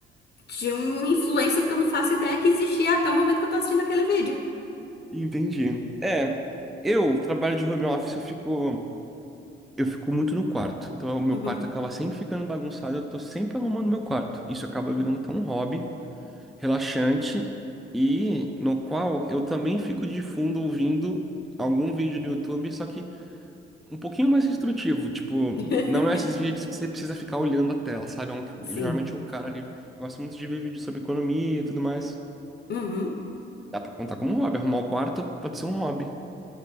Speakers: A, on the left; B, in the centre.
A: de um influencer que eu não faço ideia que existia até o momento que eu tô assistindo aquele vídeo.
B: Entendi. É, eu trabalho de home office, eu fico, eu fico muito no quarto. Então, o meu
A: Uhum.
B: quarto acaba sempre ficando bagunçado, eu tô sempre arrumando meu quarto. Isso acaba virando até um hobby relaxante e no qual eu também fico de fundo ouvindo algum vídeo no YouTube, só que um pouquinho mais instrutivo, tipo,
A: <laughs>
B: não é esses vídeos que você precisa ficar olhando a tela, sabe? É um,
A: Sim.
B: geralmente é um cara ali, eu gosto muito de ver vídeos sobre economia e tudo mais.
A: Uhum.
B: Dá pra contar como um hobby, arrumar o quarto pode ser um hobby.